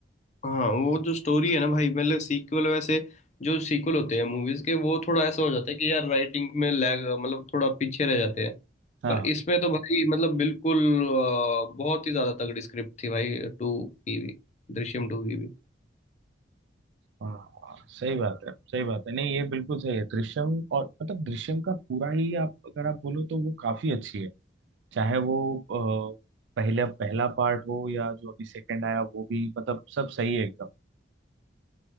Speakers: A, on the left; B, on the right.
A: हाँ वो जो स्टोरी है ना भाई मतलब सीक्वल वैसे जो सीक्वल होते हैं मूवीज के वो थोड़ा ऐसा हो जाता है कि यार राइटिंग में लैग मतलब थोड़ा पीछे रह जाते हैं
B: हाँ
A: पर इसमें तो भाई मतलब बिल्कुल अ, बहुत ही ज्यादा तगड़ी स्क्रिप्ट थी भाई टू की भी दृश्यम टू की भी
B: हाँ सही बात है सही बात है नहीं ये बिल्कुल सही है दृश्यम और मतलब दृश्यम का पूरा ही आप अगर आप बोलो तो वो काफी अच्छी है चाहे वो अ, पहला पहला पार्ट हो या जो अभी सेकंड आया वो भी मतलब सब सही है एकदम